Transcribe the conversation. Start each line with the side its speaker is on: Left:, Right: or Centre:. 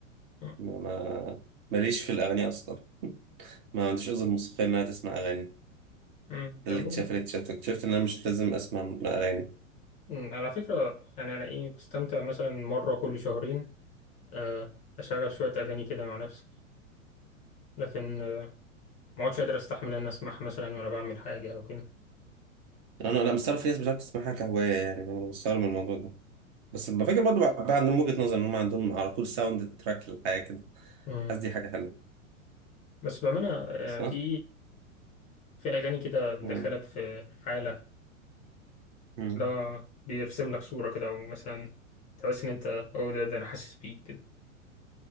Left: مم.
Right: ما ما- ماليش في الأغاني أصلا ما عنديش أذن موسيقية إن أنا تسمع أغاني ده
Left: مم.
Right: اللي
Left: أنا برضه
Right: اكتشفته اللي اكتشفته اكتشفت إن أنا مش لازم أسمع أغاني
Left: أمم، على فكرة يعني أنا إيه بستمتع مثلا مرة كل شهرين آه، أشغل شوية أغاني كده مع نفسي لكن آه، ما عدتش قادر أستحمل إن أسمعها مثلا وأنا بعمل حاجة أو كده
Right: أنا أنا مستغرب في ناس بتعرف تسمعها كهواية يعني أنا مستغرب من الموضوع ده بس بفكر برضه بقى عندهم وجهة نظر إن هم عندهم على طول ساوند تراك للحياة كده
Left: أمم.
Right: حاسس دي حاجة حلوة
Left: بس بأمانة آه،
Right: صح؟
Left: في في أغاني كده بتدخلك
Right: امم
Left: في حالة
Right: امم
Left: لا بيرسم لك صورة كده أو مثلا تحس إن أنت أو ده ده أنا حاسس بيك كده